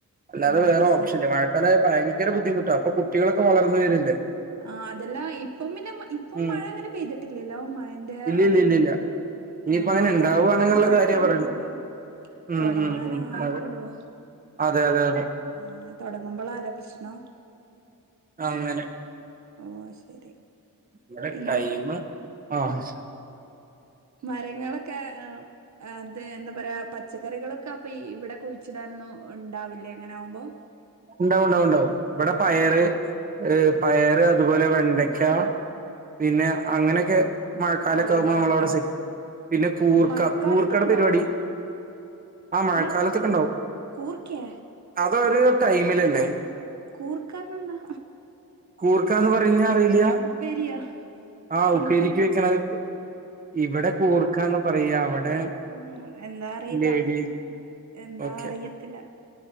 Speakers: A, on the right; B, on the right.
A: അല്ലാതെ
B: ഓ
A: വേറെ
B: അത്
A: ഓപ്ഷൻല്ല
B: ശരി
A: മഴക്കാലായ ഭയ ങ്കര ബദ്ധിമുട്ട ഇപ്പ കുട്ടികളൊക്കെ വളർന്നു വരല്ലേ.
B: ആഹ് അതെല്ല ഇപ്പം പിന്നെ ഇപ്പം
A: ഉം
B: മഴ അങ്ങനെ പെയ്തിട്ടില്ലല്ലോ മഴന്റെ
A: ഇല്ല
B: അതൊന്നും
A: ഇല്ല ഇല്ല ഇല്ല
B: ഇല്ലല്ലോ.
A: ഇനിയിപ്പോ
B: ആഹ്
A: അങ്ങനെ
B: മഴ
A: ഉണ്ടാവുവാണെന്നുള്ള
B: തുടങ്ങാനായിട്ടല്ലേള്ളു
A: കാര്യാ പറയുന്നെ ഉം
B: തുടങ്ങാനയിട്ടുള്ളു.
A: ഉം ഉം അതെ അതെ അതെ അതെ.
B: ആഹ് തുടങ്ങുമ്പോളാല്ലേ പ്രശ്നം.
A: അങ്ങനെ.
B: ഓ ശരി.
A: നമ്മടെ
B: പിന്നെ
A: ടൈംമ് ആഹ്.
B: മരങ്ങളൊക്കെ ആഹ്. അതെ എന്താ പറയാ പച്ചക്കറികളൊക്കെ അപ്പൊ ഇവിടെ കുഴിച്ചിടാനൊന്നും ഉണ്ടാവില്ലേ അങ്ങനെ ആവുമ്പോ?
A: ഉണ്ടാവും ഉണ്ടാവും ഉണ്ടാവും ഇവിടെ പയറ്
B: ഓ
A: ഏഹ് പയറ് അതുപോലെ വെണ്ടക്ക പിന്നെ അങ്ങനെയൊക്കെ മഴക്കാലൊക്കെ
B: ഓ ഒരുപാട്ട്ടോ
A: ആവുമ്പോ നമ്മളവിടെ സെറ്റ് പിന്നെ കൂർക്ക
B: മഴക്കാലത്തും
A: കൂർക്കടെ
B: ഉണ്ടാവോ
A: പരിപാടി. ആഹ് മഴക്കാലത്തൊക്കെ
B: ഏഹ്
A: ഉണ്ടാവും
B: കൂർക്കേ
A: അതൊരു ടൈമിലല്ലേ.
B: കൂർക്ക പറഞ്ഞ എന്താ?
A: കൂർക്കാന്ന് പറീഞ്ഞ അറിയില്ല
B: ഉപ്പേരിയോ
A: ആഹ്
B: എനിക്ക്
A: ഉപ്പേരിക്ക വെക്കണത്. ഇവിടെ കൂർക്കാന്ന് പറയാ അവിടെ
B: ഉം എന്താ അറിയില്ല
A: ലേഡി
B: എന്താ
A: ഓക്കെ
B: അറിയത്തില്ല.